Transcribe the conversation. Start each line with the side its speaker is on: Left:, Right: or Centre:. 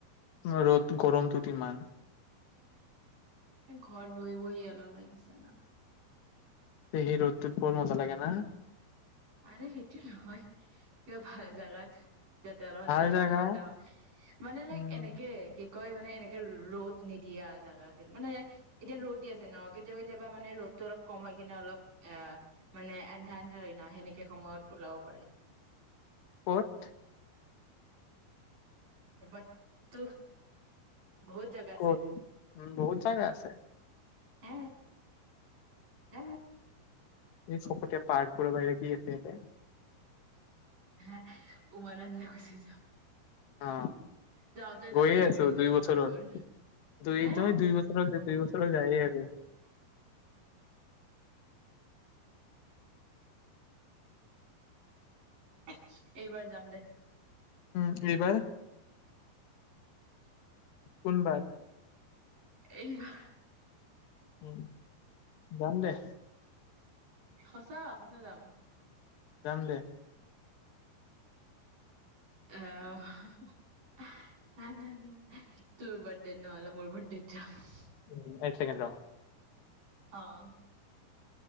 Left: ৰ'দ, গৰমটোত ইমান
Right: ঘৰত বহি বহি এলাহ লাগিছে না
Left: পেহী ৰ'দটোত বৰ মজা লাগে না
Right: আৰে সেইটো নহয় কিবা ভাল জাগাত তে অলপ
Left: ভাল
Right: মানে
Left: জাগা
Right: ঠাণ্ডা মানে লাইক
Left: উম
Right: এনেকে কি কয় মানে এনেে ৰ'দ নিদিয়া জাগা মানে এতিয়া ৰ'দ দি আছে ন কেতিয়াবা কেতিয়াবা মানে ৰ'দটো অলপ কম হয় কিনে অলপ এ মানে এন্ধাৰ এন্ধা ন সেনে একে সময়ত ওলাব পাৰি
Left: অঠ
Right: পত বহুত জেগা আছে
Left: ক'ত উম বহুত জাগা আছে
Right: হ হ
Left: এই ফকতীয়া পাৰ্কবোৰৰ বাহিৰে কি এফতে
Right: হ উমানমানন্দ গুচি যাম
Left: অ
Right: যাওঁতে যাওঁতে
Left: গৈয়ে
Right: মৰি
Left: আছো
Right: যায়
Left: দুই
Right: ইমান
Left: বছৰত
Right: দূৰ
Left: দুই
Right: হে
Left: নহয় দুই বছৰ হ'ল দুই বছৰ হ'ল যায়ে আছো
Right: হ এইবাৰ যাম দে
Left: উম এইবাৰ কোনবাৰ
Right: এইবাৰ
Left: উ যাম দে
Right: সঁচা সঁচা যাম
Left: যাম দে
Right: আহ হ তোৰ বাৰঠডেত নহলে মোৰ বাৰঠডেত যাম
Left: উ এক চেকেণ্ড ৰ
Right: আহ